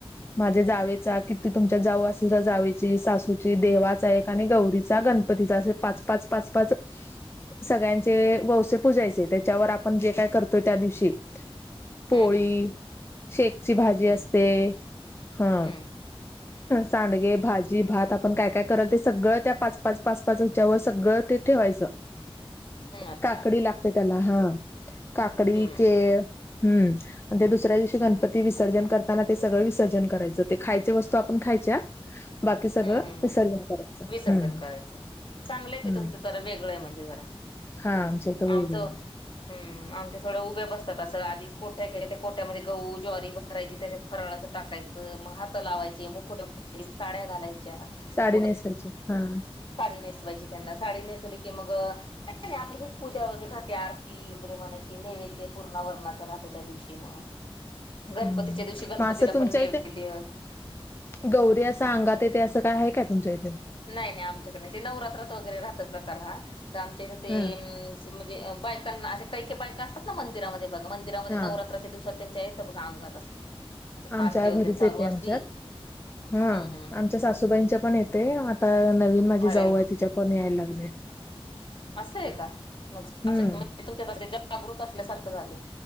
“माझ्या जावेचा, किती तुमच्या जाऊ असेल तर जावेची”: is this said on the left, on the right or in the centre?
Left